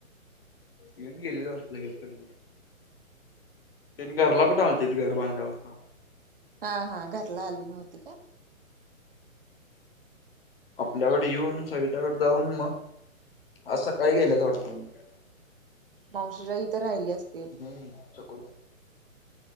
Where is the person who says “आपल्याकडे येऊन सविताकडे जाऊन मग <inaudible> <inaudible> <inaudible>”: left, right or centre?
Left